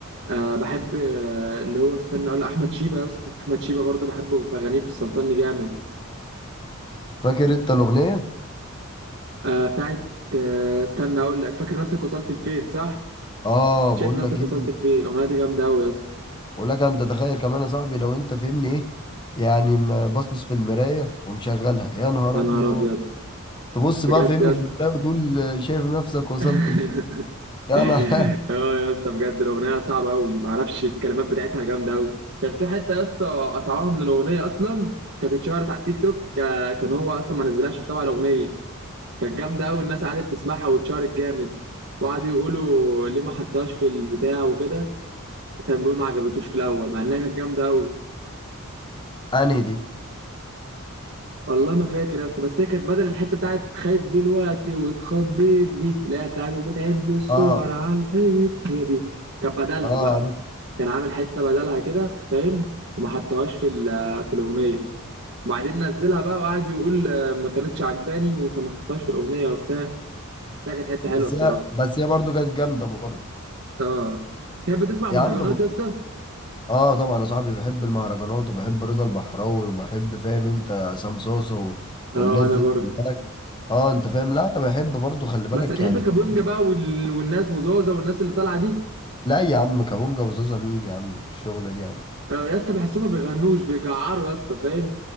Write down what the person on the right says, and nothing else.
آه بحب آه اللي هو استنى اقول احمد شيبه يا اسطى احمد شيبه برضو بحبه في اغانيه بالسلطان جامد
آه بتاعت آه استنى اقول لك فاكر نفسك وصلت لفين صح
شايف
نفسك
وصلت لفين الاغنيه دي جامده قوي يا اسطى
يا
نهار ابيض
بجد
يا
اسطى
<laughs>
يا اسطى بجد الاغنيه صعبه قوي معرفش الكلمات بتاعتها جامده قوي كان في حته يا اسطى قطعوها من الاغنيه اصلا كانت اتشهرت على التيك توك كا- كان هو اصلا ما نزلهاش طبعا الاغنيه كانت جامده قوي الناس قعدت تسمعها واتشهرت جامد وقعدوا يقولوا ليه ما حطهاش في البتاع وكده كان بيقول ما عجبتوش في الاول مع انها كانت جامده قوي
والله ما فاكر يا اسطى بس هي كانت بدل الحته بتاعت خايف دلوقتي واتخضيت دي اللي هي بتاعت وبتعد الصور
على الحيط هي دي كانت بدلها
بقى
كان عامل حته بدلها كده فاهم وما حطهاش في ال- في الاغنيه وبعدين نزلها بقى وقعد يقول آه، ما كانتش عجباني فما حطهاش في الاغنيه وبتاع ده كانت حته حلوه
بصراحه
اه تحب تسمع مهرجانات
يا اسطى
اه
انا
برضه
بس بتحب
كابونجا
بقى وال... والناس وزوزة والناس اللي طالعه دي
آه يا اسطى بحسهم ما بيغنوش بيجعروا يا اسطى فاهم